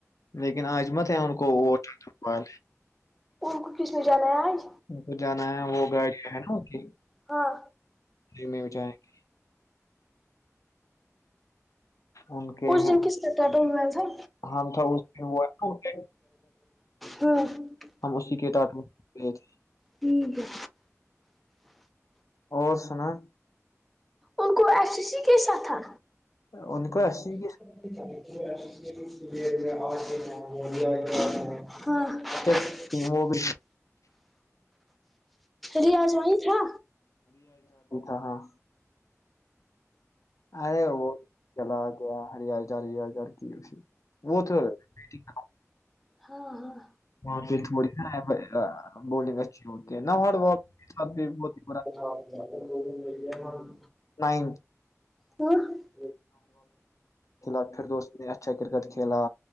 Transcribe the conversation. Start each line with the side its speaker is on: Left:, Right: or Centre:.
Left: لیکن آجمت ہے ان کوے
Centre: ان کو کس نے جانا ہے آج
Left: ان کو جانا ہے وہ گاڑی ہے نا اس
Centre: ہاں
Left: کی میں ہو جائیں گے ان کے
Centre: اس
Left: ہیں
Centre: دن کس طر کا ڈوم میں سر
Left: ہم تھا اس دن وہ ہے نا ان کے
Centre: ہاں <unintelligible>
Left: ہم اسی کے ساتھ میں گئے تھے
Centre: ٹھیک ہے
Left: اور سنا
Centre: ان کو ایف سی سی کیسا تھا
Left: ان کو آسی
Centre: <unintelligible> م ہاں
Left: جب وہ بھی
Centre: ریاض ویں تھا
Left: ا ہاں ارے وہ چلا گیا ہر جا ہ جار کی وہ تو بیٹنگ
Centre: ہاں ہاں
Left: وہاں پہ تھوڑی ن بولنگ اچھی ہوتی ہے نہا ہ ب
Centre: <unintelligible>
Left: نائن
Centre: وہ <unintelligible>
Left: کھی پھر دوست نے اچھا کرکٹ کھیلا